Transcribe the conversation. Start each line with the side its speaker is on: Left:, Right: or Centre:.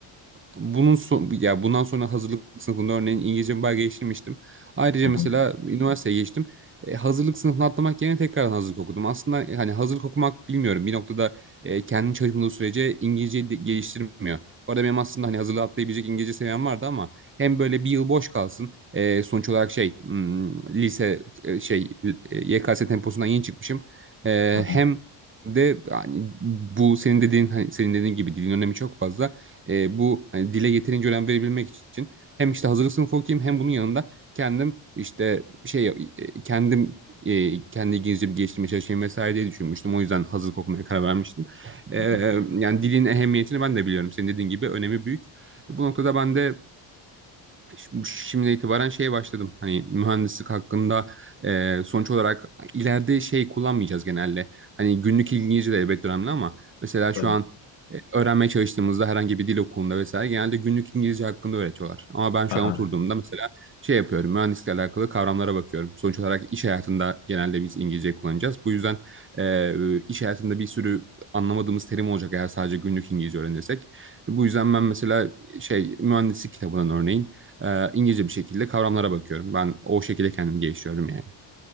Right: bunun son, ya bundan sonra hazırlık sınıfında örneğin İngilizce bir belge geçirmiştim. Ayrıca
Left: Hı
Right: mesela
Left: hı,
Right: üniversiteye geçtim. E, hazırlık sınıfını atlamak yerine tekrardan hazırlık okudum. Aslında e, hani hazırlık okumak bilmiyorum. Bir noktada e, kendi çalışmadığı sürece İngilizceyi de geliştirmiyor. Bu arada benim aslında hani hazırlığı atlayabilecek İngilizce seviyem vardı ama hem böyle bir yıl boş kalsın. E, sonuç olarak şey hmm, lise e, şey e, YKS temposundan yeni çıkmışım. E,
Left: hı hı,
Right: hem de hani bu senin dediğin hani senin dediğin gibi dilin önemi çok fazla. Ee, bu hani dile yeterince önem verebilmek için hem işte hazırlık sınıfı okuyayım hem bunun yanında kendim işte şey e, kendim e, kendi İngilizcemi geliştirmeye çalışayım vesaire diye düşünmüştüm. O yüzden hazırlık okumaya karar vermiştim. Ee,
Left: hı hı.
Right: yani dilin ehemmiyetini ben de biliyorum. Senin dediğin gibi önemi büyük. Bu noktada ben de Şimdi şimdi itibaren şeye başladım. Hani mühendislik hakkında e, sonuç olarak ileride şey kullanmayacağız genelde. Hani günlük İngilizce de elbette önemli ama mesela şu
Left: Tabii.
Right: an e, öğrenmeye çalıştığımızda herhangi bir dil okulunda vesaire genelde günlük İngilizce hakkında öğretiyorlar. Ama ben şu
Left: Aha.
Right: an oturduğumda mesela şey yapıyorum. Mühendislikle alakalı kavramlara bakıyorum. Sonuç olarak iş hayatında genelde biz İngilizce kullanacağız. Bu yüzden e, iş hayatında bir sürü anlamadığımız terim olacak eğer sadece günlük İngilizce öğrenirsek. Bu yüzden ben mesela şey mühendislik kitabından örneğin e, İngilizce bir şekilde kavramlara bakıyorum. Ben o şekilde kendimi geliştiriyorum yani.